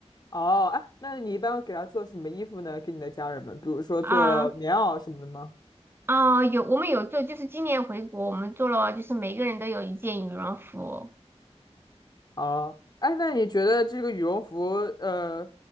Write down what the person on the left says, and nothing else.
哦，哎，那你一般给他做什么衣服呢？给你的家人们，比如说做棉袄什么的吗？
哦，哎，那你觉得这个羽绒服，呃，